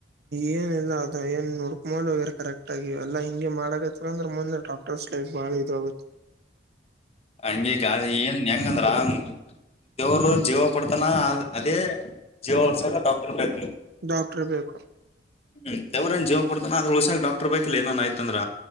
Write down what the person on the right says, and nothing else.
ಏನ ಇಿಲ್ಲ ಅದ ಏನ್ ನುರ್ಕ ಮಲ್ ಹೋಗರಿ ಕರೆಕ್ಟ್ ಆಗ ಎಲ್ಲ ಹಿಂಗೆ ಮಾಡಕತ್ ಅಂದ್ರೆ ಮುಂದೆ ಡಾಕ್ ಟ್ ಲೈಫ್ ಬಾಳ ಇದು ಆಗುತ್ತೆ
ಡಾಕ್ಟರ್ ಬೇಕು